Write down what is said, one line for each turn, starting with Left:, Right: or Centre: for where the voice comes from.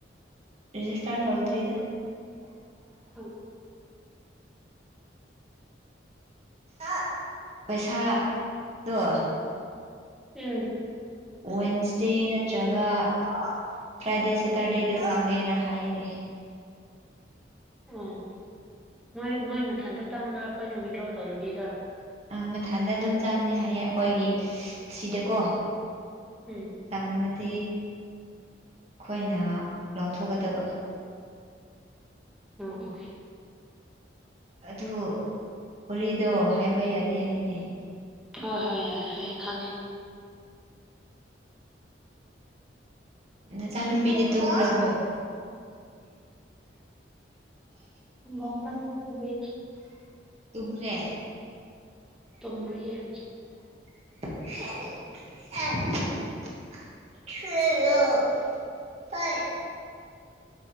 Right: ꯔꯦꯖꯤꯁꯇꯥꯔ ꯇꯧꯗ꯭ꯔꯤꯗ
Centre: ꯎꯝ
Right: ꯑꯥ ꯄꯩꯁꯥꯗꯨ
Centre: ꯎꯝ
Right: ꯋꯦꯟꯁꯗꯦ ꯅꯠꯇ꯭ꯔꯒ ꯑꯣ ꯐ꯭ꯔꯥꯏꯗꯦ ꯁꯇꯔꯗꯦꯗ ꯑꯣ ꯆꯪꯉꯦꯅ ꯍꯥꯏꯌꯦꯅꯦ
Centre: ꯑꯣ ꯃꯣꯏ ꯃꯣꯏ ꯃꯊꯟꯇ ꯆꯪꯕ꯭ꯔ ꯑꯩꯈꯣꯏꯅ ꯋꯤꯗ꯭ꯔꯣ ꯇꯧꯔꯨꯒꯤꯗ꯭ꯔꯥ
Right: ꯑꯥ ꯃꯊꯟꯗ ꯑꯗꯨꯝ ꯆꯪꯅꯤ ꯍꯥꯏꯌꯦ ꯑꯩꯈꯣꯏꯒꯤ ꯁꯤꯗꯀꯣ
Centre: ꯎꯝ
Right: ꯇꯥꯡꯂꯗꯤ ꯑꯩꯈꯣꯏꯅ ꯂꯥꯎꯊꯣꯛꯀꯗꯕ
Centre: ꯎꯝ ꯎ
Right: ꯑꯗꯨ ꯎꯔꯤꯗꯣ ꯍꯥꯏꯕ ꯌꯥꯗꯦ ꯍꯥꯏꯅꯦ
Centre: ꯍꯣꯏ ꯍꯣꯏ ꯌꯥꯏ ꯍꯣꯏ ꯈꯪꯉꯦ
Right: ꯅꯆꯥꯅꯨꯄꯤꯗꯤ ꯇꯨꯝꯈ꯭ꯔꯕꯣ
Centre: ꯁꯟꯒꯣꯝ ꯀꯟꯅꯥ ꯊꯤꯠꯂꯤ
Right: ꯇꯨꯝꯈ꯭ꯔꯦ
Centre: ꯇꯨꯝꯗ꯭ꯔꯤꯌꯦ
Right: <unintelligible>